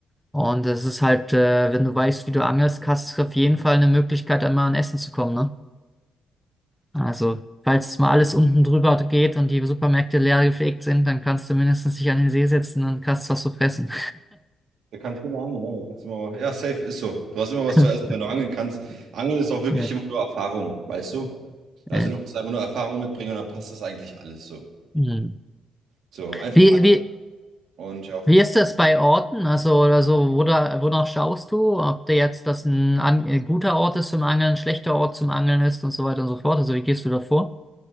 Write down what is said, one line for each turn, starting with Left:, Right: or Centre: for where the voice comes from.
Centre: Und es ist halt, äh, wenn du weißt, wie du angelst, hast du auf jeden Fall eine Möglichkeit, einmal an Essen zu kommen, ne? Also, falls mal alles unten drüber geht und die Supermärkte leer gefegt sind, dann kannst du mindestens dich an den See setzen und kannst was zu fressen.
Right: Da kannst du immer angeln, ja. Da kannst du immer, ja, safe ist so. Du hast immer was
Centre: <laughs>
Right: zu essen, wenn du angeln kannst. Angeln ist auch wirklich
Centre: Ja.
Right: immer nur Erfahrung, weißt du? Also
Centre: Äh,
Right: du musst einfach nur Erfahrung mitbringen und dann passt das eigentlich alles so.
Centre: hm.
Right: So, einfach
Centre: Wie,
Right: an
Centre: wie,
Right: und ja.
Centre: wie ist das bei Orten? Also, oder so, wo da, wonach schaust du? Ob der jetzt das ein, an, ein guter Ort ist zum Angeln, ein schlechter Ort zum Angeln ist und so weiter und so fort. Also, wie gehst du da vor?